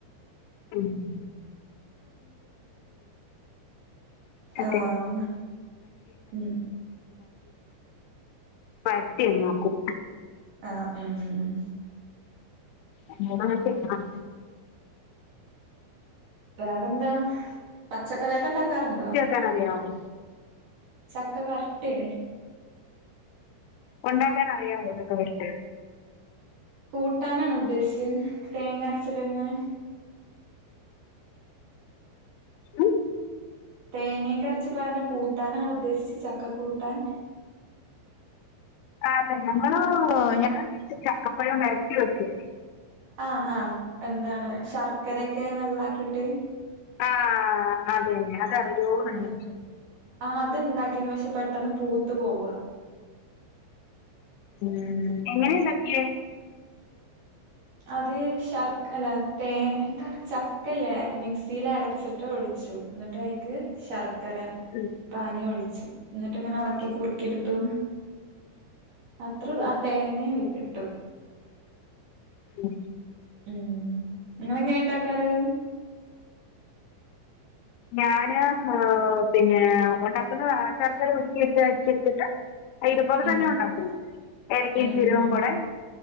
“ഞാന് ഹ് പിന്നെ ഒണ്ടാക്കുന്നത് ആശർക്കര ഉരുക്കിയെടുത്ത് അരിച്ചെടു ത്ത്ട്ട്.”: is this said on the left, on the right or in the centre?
Left